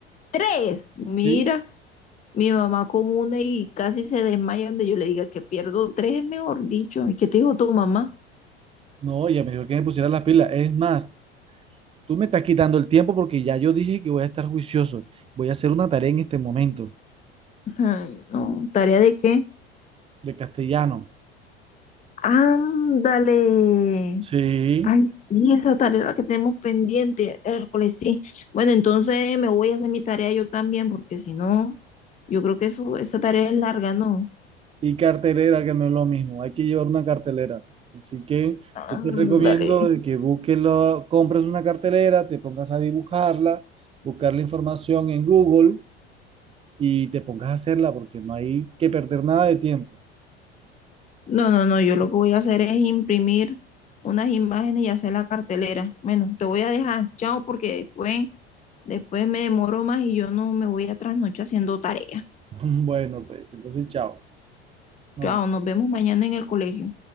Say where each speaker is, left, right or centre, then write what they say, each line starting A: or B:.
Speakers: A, on the left; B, on the right.
A: Tres. Mira,
B: Sí.
A: mi mamá con una y casi se desmaya donde yo le diga que pierdo tres, mejor dicho. ¿Y qué te dijo tu mamá?
B: No, ella me dijo que me pusiera las pilas. Es más, tú me estás quitando el tiempo porque ya yo dije que voy a estar juicioso. Voy a hacer una tarea en este momento
A: <laughs> Ay, no, ¿tarea de qué?
B: de castellano.
A: Ándale.
B: Sí.
A: Ay, sí, esa tarea es la que tenemos pendiente, Hércules, sí. Bueno, entonces me voy a hacer mi tarea yo también, porque si no, yo creo que eso, esa tarea es larga, ¿no?
B: Y cartelera, que no es lo mismo. Hay que llevar una cartelera. Así que yo
A: Ándale.
B: te recomiendo de que busques, la- compres una cartelera, te pongas a dibujarla, buscar la información en Google y te pongas a hacerla porque no hay que perder nada de tiempo.
A: No, no, no, yo lo que voy a hacer es imprimir unas imágenes y hacer la cartelera. Bueno, te voy a dejar, chao, porque después, después me demoro más y yo no me voy a trasnochar haciendo tarea.
B: <laughs> Bueno, pues entonces, chao. No
A: Chao, nos vemos mañana en el colegio.